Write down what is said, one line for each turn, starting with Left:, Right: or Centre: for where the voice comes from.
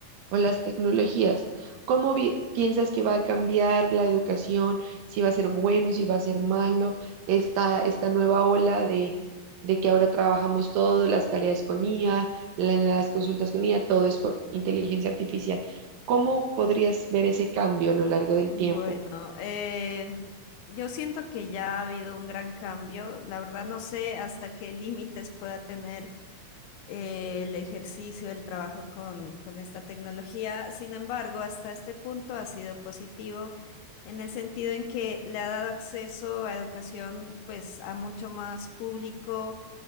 Right: o las tecnologías? ¿Cómo vi- piensas que va a cambiar la educación? ¿Si va a ser bueno, si va a ser malo? Esta, esta nueva ola de, de que ahora trabajamos todo, las tareas con IA, la- las consultas con IA, todo es con inteligencia artificial. ¿Cómo podrías ver ese cambio a lo largo del
Left: Bueno,
Right: tiempo?
Left: eh, yo siento que ya ha habido un gran cambio. La verdad no sé hasta qué límites pueda tener eh, el ejercicio, el trabajo con, con esta tecnología. Sin embargo, hasta este punto ha sido positivo en el sentido en que le ha dado acceso a educación pues a mucho más público,